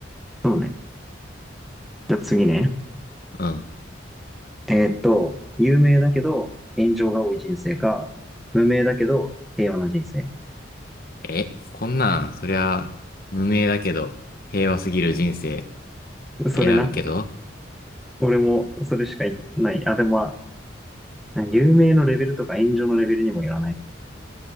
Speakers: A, in the centre; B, on the left (about 50°).
A: そうね。じゃあ次ね。
B: うん。
A: えーっと、有名だけど炎上が多い人生か、無名だけど平和な人生。
B: え、こんなん、そりゃ無名だけど、平和すぎる人生
A: それな。
B: 選ぶけど、
A: 俺もそれしかいない。あ、でもまあ、有名のレベルとか炎上のレベルにもよらない。